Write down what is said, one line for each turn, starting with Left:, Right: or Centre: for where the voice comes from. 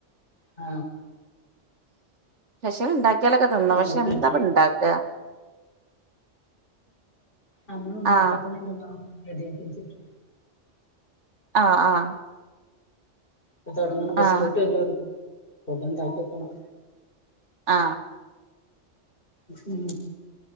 Left: ആ
Right: വശ് ഉണ്ടാക്കിയാലൊക്കെ തിന്നും
Left: നമ്മക്ക്
Right: പക്ഷെ എന്താ പറ ഉണ്ടാക
Left: അമ്മ
Right: ആ
Left: <unintelligible> അതെകെച്ചിട്ട്
Right: ആ ആ
Left: <unintelligible> അപ്പോക്കെ
Right: ആ
Left: ഉണ്ടാക്കി വെക്കണം
Right: ആ
Left: ഉം